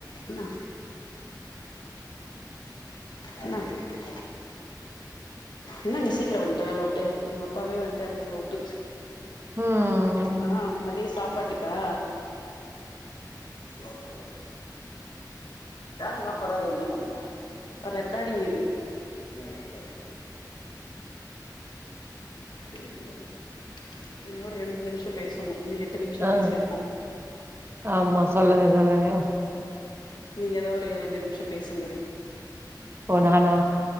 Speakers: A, on the left; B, on the right.
A: நா என்னா இன்னைக்கு என்ன நீ சீக்கிரோ வந்ட்ட வேல வுட்டு எங்க அப்பாவே வந்ட்டாரு வேல வுட்டு
B: ம்
A: ஆ மதிய சாப்பாட்டுக்கா லோக்கல்ல தேவ இல்லமா என்ன பண்ற ரெக்கார்டிங் இது என்ன ரெகார்டிங் இன்னொரு இன்னொரு ரெண்டு நிமிஷம் பேசணும் இன்னு எட்டு நிமிஷம்
B: ஆ
A: பேசியிருக்கோம்
B: ஆமா சொல்லுங்க சொல்லுங்க
A: நீங்க எதா ஒரு ரெண்டு நிமிஷம் பேசுங்க
B: ஓ னானா